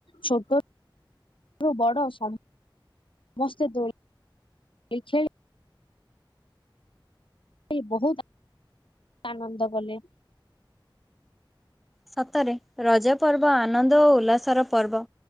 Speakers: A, on the left (about 80°); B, in the centre.
A: ଛୋଟ ଛୋଟଠୁ ବଡ଼ ସମସ୍ତେ ଦୋଳି ଖେଳି <inaudible> ଖେଳି ବହୁତ ଆନନ୍ଦ କଲେ।
B: ସତରେ ରଜ ପର୍ବ ଆନନ୍ଦ ଓ ଉଲ୍ଲାସର ପର୍ବ।